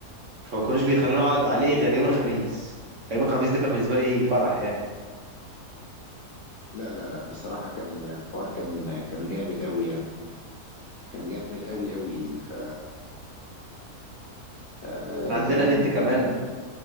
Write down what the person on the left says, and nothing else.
لا لا لا بصراحه كان الحوار كان كان جامد قوي يعني كان جامد قوي قوي ف آه
زمان
ده انا زمان